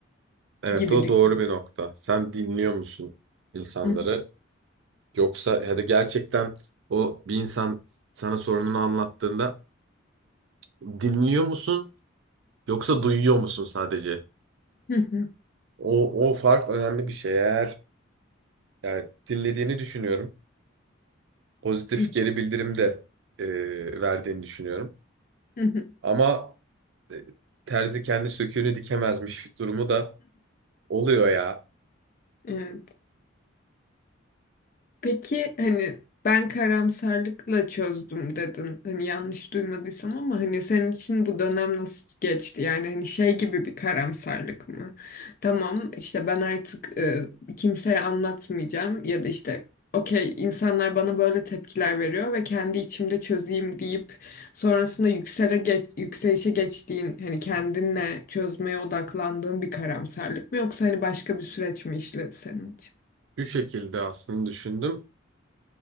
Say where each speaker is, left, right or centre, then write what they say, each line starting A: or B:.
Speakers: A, on the right (about 60°); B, on the left (about 45°).
A: Evet
B: gibi
A: o
B: düşünüyorum.
A: doğru bir nokta. Sen dinliyor musun insanları?
B: Hı
A: Yoksa hadi gerçekten o bir insan sana sorununu anlattığında dinliyor musun yoksa duyuyor musun sadece?
B: hı.
A: O, o fark önemli bir şey. Eğer yani dinlediğini düşünüyorum. Pozitif
B: Hı hı.
A: geri bildirim de e, verdiğini düşünüyorum.
B: Hı hı.
A: Ama e, terzi kendi söküğünü dikemezmiş durumu da oluyor ya.
B: Evet. Peki hani ben karamsarlıkla çözdüm dedin. Hani yanlış duymadıysam ama hani senin için bu dönem nasıl geçti? Yani hani şey gibi bir karamsarlık mı? Tamam işte ben artık e, kimseye anlatmayacağım ya da işte okey insanlar bana böyle tepkiler veriyor ve kendi içimde çözeyim deyip sonrasında yüksele geç, yükselişe geçtiğin hani kendinle çözmeye odaklandığın bir karamsarlık mı yoksa hani başka bir süreç mi işledi senin için?
A: Şu şekilde aslında düşündüm.